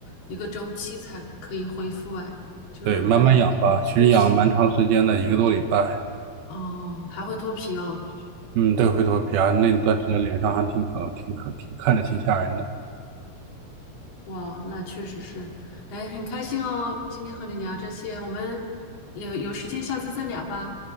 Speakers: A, on the left (about 70°); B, on the right (about 70°).
A: 一个周期才可以恢复，哎，就是还会脱皮
B: 对，慢慢养吧，其实养了蛮长时间的，一个多礼拜。
A: 哦，还会脱皮哦，
B: 嗯，对，灰头皮啊，那段时间脸上还挺可挺可挺看着挺吓人的。
A: 哇，那确实是，哎，很开心哦，今天和你聊这些，我们有有时间下次再聊吧，